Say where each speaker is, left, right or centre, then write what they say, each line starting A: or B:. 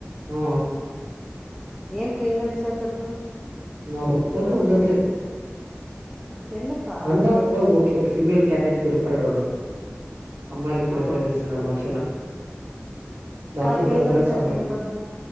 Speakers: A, on the right; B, in the centre.
A: ఆ
B: ఏం క్లినికల్ రీసర్చ్ వద్దు
A: నాకు వద్ద వద్దంతే
B: ఎందుకా
A: అందా ఓకే ఓకే ఫీమేల్ కడిడేట్స్ పేరు పరాడాడ అమ్మాయిలకి ప్రిఫరెన్స్
B: ఆహా
A: ఇస్తున్నాడు మచ్చిన దాంట్లో
B: కాదు క్లినికల్
A: పెరపరించి
B: రీసెర్చ్
A: అమ్మ
B: ఎందుకు వద్దు